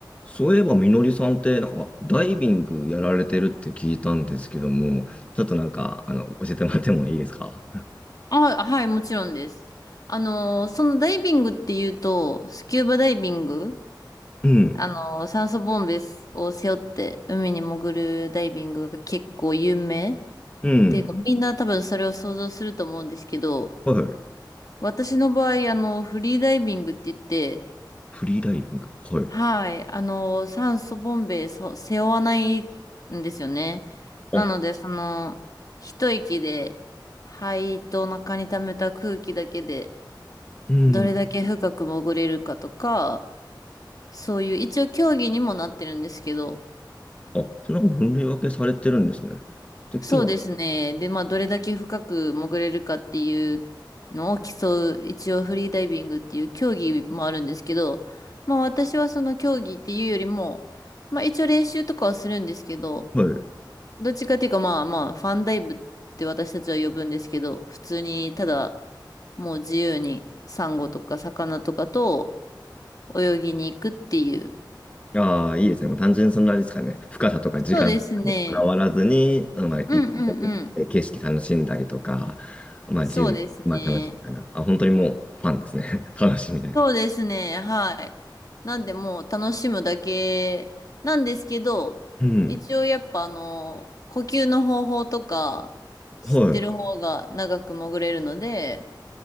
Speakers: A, on the left; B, on the left.
A: そういえば、みのりさんって、なんか、ダイビングやられてるって聞いたんですけども、ちょっとなんか、あの、教えてもらってもいいですか
B: あ、はい、もちろんです。あの、そのダイビングっていうと、スキューバダイビング、
A: うん、
B: あの、酸素ボンベを背負って海に潜るダイビングが結構有名っ
A: うん、
B: ていうか、みんな多分それを想像すると思うんですけど、
A: はい。
B: 私の場合、あの、フリーダイビングって言って、
A: フリーダイビング、はい。
B: はい、あの、酸素ボンベそ背負わないんですよね。
A: あ、
B: なので、その、一息で、肺と中に溜めた空気だけで、
A: うん、
B: どれだけ深く潜れるかとか、そういう、一応競技にもなってるんですけど、
A: あ、そんな分類分けされてるんですね。てっきりな、
B: そうですね。で、まあ、どれだけ深く潜れるかっていうのを競う、一応フリーダイビングっていう競技もあるんですけど、まあ、私はその競技っていうよりも、まあ、一応練習とかはするんですけど、
A: はい。
B: どっちかっていうか、まあまあ、ファンダイブって私たちは呼ぶんですけど、普通に、ただ、もう自由に、サンゴとか魚とかと泳ぎに行くっていう。
A: ああ、いいですね。もう単純にそんなあれですかね。深さとか時間とかにこだわらずに、
B: そうですね。
A: まあ、い潜って景色楽しんだりとか、
B: うんうんうん。
A: まあ、
B: そうですね。
A: 自由に、まあ、楽しいかな。あ、本当にもう、ファンですね。<laughs> 楽しみたいな。
B: そうですね。はい。なんでもう楽しむだけなんですけど、
A: うん、
B: 一応やっぱあの、呼吸の方法とか知ってる方が長く潜れるので、
A: はい。